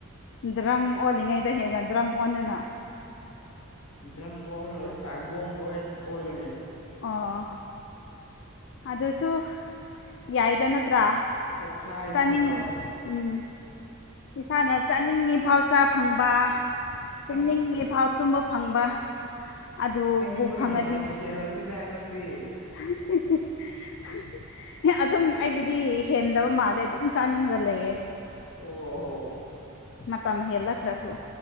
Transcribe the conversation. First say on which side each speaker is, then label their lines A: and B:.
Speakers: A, on the left; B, on the left.
A: ꯗ꯭ꯔꯝ ꯑꯣꯜꯂꯤꯉꯩꯗ ꯍꯦꯟꯅ ꯗ꯭ꯔꯝ ꯑꯣꯟꯗꯅ
B: ꯗ꯭ꯔꯝ ꯇꯥꯏꯕꯣꯝ ꯑꯣꯏꯅ ꯑꯣꯜꯂꯅꯤ꯫
A: ꯑꯣ ꯑꯗꯨꯁꯨ ꯌꯥꯏꯗ ꯅꯠꯇ꯭ꯔꯥ
B: ꯄꯣꯛꯈꯥꯏꯗꯅꯀꯣ
A: ꯆꯅꯤꯡ ꯎꯝ ꯏꯁꯥꯅ ꯆꯥꯅꯤꯡꯉꯤꯐꯥꯎ ꯆꯥ ꯐꯪꯕ ꯇꯨꯝꯅꯤꯡꯉꯤꯐꯥꯎ
B: ꯑꯁ
A: ꯇꯨꯝꯕ ꯐꯪꯕ ꯑꯗꯨꯕꯨ
B: ꯆꯥꯅꯤꯡꯕꯒꯤ
A: ꯐꯪꯉꯗꯤ
B: ꯃꯇꯝ ꯍꯦꯜꯂꯕꯅꯤꯗ ꯅꯪꯗꯤ꯫
A: <unintelligible> ꯑꯗꯨꯝ ꯑꯩꯒꯤꯗꯤ ꯍꯦꯟꯗꯕ ꯃꯥꯜꯂꯦ ꯑꯗꯨꯝ ꯆꯥꯅꯤꯡꯉꯒ ꯂꯩꯌꯦ꯫
B: ꯑꯣ ꯑꯣ
A: ꯃꯇꯝ ꯍꯦꯜꯂꯛꯈ꯭ꯔꯁꯨ